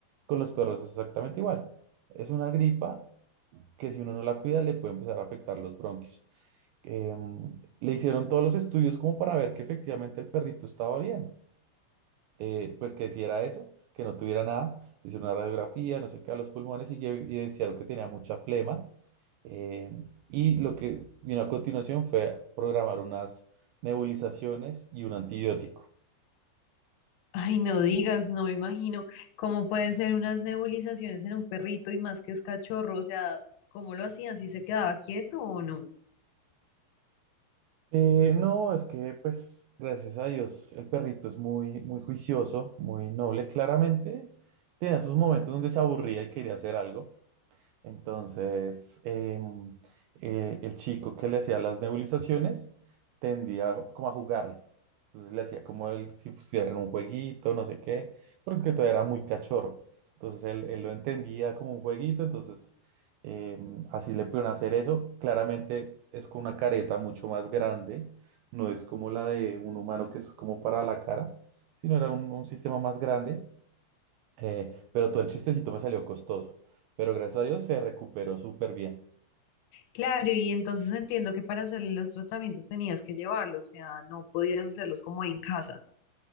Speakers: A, on the right (about 85°); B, on the left (about 80°).
A: Con los perros es exactamente igual. Es una gripa que si uno no la cuida, le puede empezar a afectar los bronquios. Em, le hicieron todos los estudios como para ver que efectivamente el perrito estaba bien eh, pues que hiciera eso, que no tuviera nada, le hicieron una radiografía, no sé qué, a los pulmones y que evidenciaron que tenía mucha flema. eh, y lo que vino a continuación fue programar unas nebulizaciones y un antibiótico.
B: Ay, no digas, no me imagino cómo pueden ser unas nebulizaciones en un perrito y más que es cachorro, o sea, ¿cómo lo hacían? ¿Si se quedaba quieto o no?
A: Eh, no, es que pues gracias a Dios el perrito es muy, muy juicioso, muy noble. Claramente tenía sus momentos donde se aburría y quería hacer algo Entonces, em, eh, el chico que le hacía las nebulizaciones tendía como a jugarle. Entonces le hacía como él si pusiera en un jueguito, no sé qué, porque todavía era muy cachorro. Entonces él, él lo entendía como un jueguito, entonces em, así le pudieron hacer eso. Claramente es con una careta mucho más grande, no es como la de un humano que es como para la cara, sino era un un sistema más grande eh, pero todo el chistecito me salió costoso. Pero gracias a Dios se recuperó súper bien.
B: Claro, y entonces entiendo que para hacer los tratamientos tenías que llevarlos, o sea, no podías hacerlos como en casa.